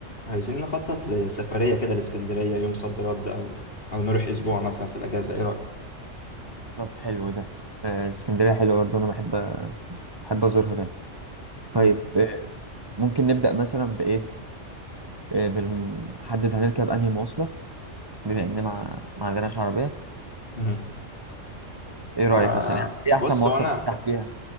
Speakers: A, on the left; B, on the right.
A: عايزين نخطط لسفرية كده لإسكندرية يوم صد رد أو أو نروح أسبوع مثلا في الأجازة إيه رأيك؟
B: طب حلو ده آه، اسكندرية حلوة برضه أنا بحب بحب أزورها ده طيب
A: مم.
B: آه، ممكن نبدأ مثلا بإيه آه، بنحدد هنركب أنهي مواصلة بما إن ما ما عندناش عربية
A: مم.
B: إيه
A: آه
B: رأيك مثلا يعني إيه أحسن
A: بص
B: مواصلة
A: هو أنا
B: برتاح فيها؟